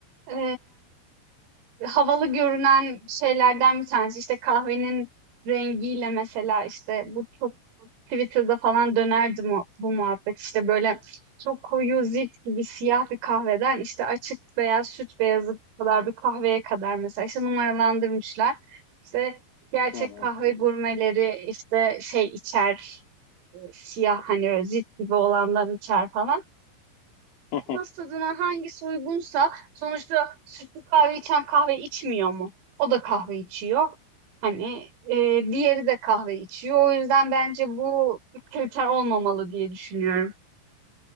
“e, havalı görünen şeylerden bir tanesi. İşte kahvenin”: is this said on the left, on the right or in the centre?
Right